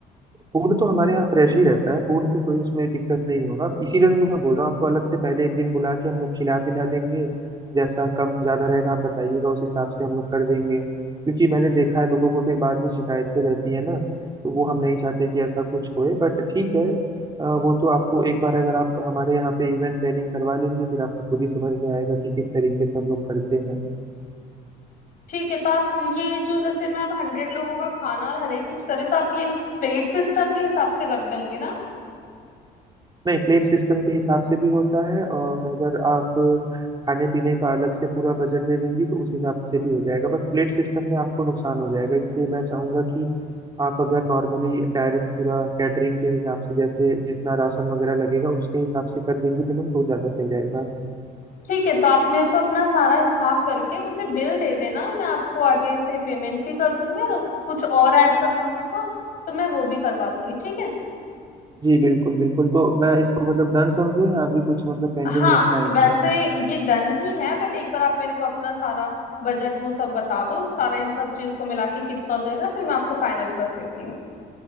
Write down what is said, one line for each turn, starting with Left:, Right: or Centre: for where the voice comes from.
Right: फूड तो हमारे यहाँ फ्रेश ही रहता है फूड तो कोई उसमें दिक्कत नहीं होगा इसीलिए तो मैं बोल रहा हूँ आपको अलग से पहले एक दिन बुला के हम लोग खिला पिला देंगे जैसा कम ज्यादा रहेगा आप बताइएगा उस हिसाब से हम लोग कर देंगे क्योंकि मैंने देखा है लोगों को फिर बाद में शिकायतें रहती है ना तो वो हम नहीं चाहते कि ऐसा कुछ होए बट ठीक है अ, वो तो आपको एक बार अगर आप हमारे यहाँ पे इवेंट प्लानिंग करवा लेंगे फिर आपको खुद ही समझ में आएगा कि किस तरीके से हम लोग करते हैं
Left: ठीक है तो आप ये जो जैसे मैं अब हंड्रेड लोगों का खाना और हर एक चीज करे तो आप ये प्लेट सिस्टम के हिसाब से करते होंगे ना
Right: नहीं प्लेट सिस्टम के हिसाब से भी होता है और अगर आप खाने पीने का अलग से पूरा बजट दे देंगी तो उस हिसाब से भी हो जाएगा बट प्लेट सिस्टम में आपको नुकसान हो जाएगा इसलिए मैं चाहूंगा कि आप अगर नॉर्मली डायरेक्ट पूरा कैटरिंग के हिसाब से जैसे जितना राशन वगैरह लगेगा उसके हिसाब से कर देंगी पेमेंट तो ज्यादा सही रहेगा
Left: ठीक है तो आप मेरे को अपना सारा हिसाब करके मुझे बिल दे देना मैं आपको आगे से पेमेंट भी कर दूंगी और कुछ और ऐड करवाना होगा तो मैं वो भी करवा दूंगी ठीक है
Right: जी बिल्कुल बिल्कुल तो मैं इसको मतलब डन समझूं या अभी कुछ मतलब पेंडिंग
Left: हाँ
Right: रखना है इसमें
Left: वैसे ये डन ही है बट एक बार आप मेरे को अपना सारा बजट वो सब बता दो सारा इन सब चीज को मिला के कितना हो जाएगा फिर मैं आपको फाइनल कर देती हूँ